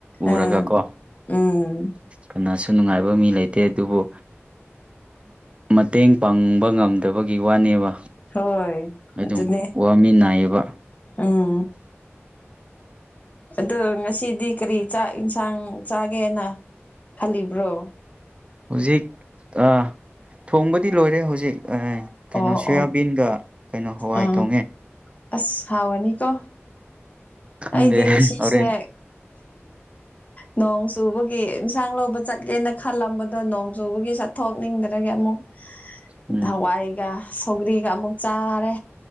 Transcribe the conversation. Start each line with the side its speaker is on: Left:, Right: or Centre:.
Left: ꯑꯥ
Right: ꯎꯔꯒꯀꯣ
Left: ꯎꯝ
Right: ꯀꯅꯥꯁꯨ ꯅꯨꯡꯉꯥꯏꯕ ꯃꯤ ꯂꯩꯇꯦ ꯑꯗꯨꯕꯨ ꯃꯇꯦꯡ ꯄꯥꯡꯕ ꯉꯝꯗꯕ ꯒꯤ ꯋꯥꯅꯦꯕ
Left: ꯍꯣꯏ
Right: ꯑꯗꯨꯝ
Left: ꯑꯗꯨꯅꯦ
Right: ꯋꯥꯃꯤꯅꯥꯏꯌꯦꯕ
Left: ꯎꯝ ꯑꯗꯣ ꯉꯁꯤꯗꯤ ꯀꯔꯤ ꯆꯥꯛ ꯌꯦꯟꯁꯥꯡ ꯆꯥꯒꯦꯅ ꯈꯜꯂꯤꯕ꯭ꯔꯣ
Right: ꯍꯧꯖꯤꯛ ꯑ ꯊꯣꯡꯕꯗꯤ ꯂꯣꯏꯔꯦ ꯍꯧꯖꯤꯛ ꯀꯩꯅꯣ
Left: ꯑꯣ
Right: ꯁꯣꯌꯥꯕꯤꯟꯒ
Left: ꯑꯣ
Right: ꯀꯩꯅꯣ ꯍꯋꯥꯏ
Left: ꯑꯥ
Right: ꯊꯣꯡꯉꯦ
Left: ꯑꯁ ꯍꯥꯎꯔꯅꯤ ꯀꯣ
Right: ꯈꯪꯗꯦ
Left: ꯑꯩꯗꯤ ꯉꯁꯤꯁꯦ
Right: ꯍꯣꯔꯦꯟ
Left: ꯅꯣꯡ ꯆꯨꯕꯒꯤ ꯏꯟꯁꯥꯡ ꯂꯧꯕ ꯆꯠꯒꯦꯅ ꯈꯜꯂꯝꯕꯗꯣ ꯅꯣꯡ ꯆꯨꯕꯒꯤ ꯆꯠꯊꯣꯛꯅꯤꯡꯗ꯭ꯔꯒꯦ ꯑꯃꯨꯛ
Right: ꯎꯝ
Left: ꯍꯋꯥꯏꯒ ꯁꯧꯒ꯭ꯔꯤꯒ ꯑꯃꯨꯛ ꯆꯥꯔꯦ